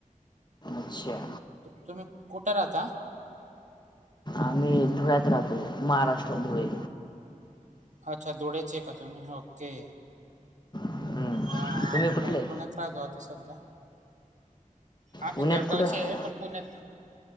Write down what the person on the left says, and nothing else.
अच्छा.
आम्ही धुळ्यात राहतो. महाराष्ट्र धुळे.
हम्म
तुम्ही
कुठले
पुण्यात
कुठं